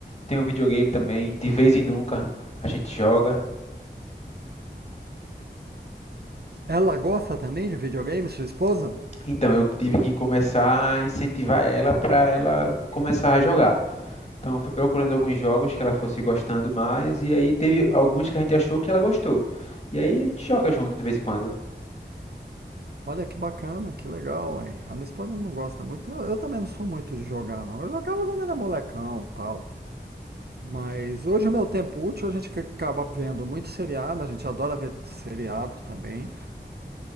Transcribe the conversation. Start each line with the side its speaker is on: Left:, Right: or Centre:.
Left: Tem um videogame também, de vez em nunca a gente joga.
Right: Ela gosta também de videogame, sua esposa?
Left: Então, eu tive que começar a incentivar ela para ela começar a jogar. Então, eu fui procurando alguns jogos que ela fosse gostando mais, e aí teve alguns que a gente achou que ela gostou. E aí a gente joga junto de vez em quando.
Right: Olha que bacana, que legal, hein? A minha esposa não gosta muito. Eu, eu também não sou muito de jogar, não. Eu jogava quando era molecão, tal. Mas hoje o meu tempo útil, a gente que acaba vendo muito seriado, a gente adora ver seriado também.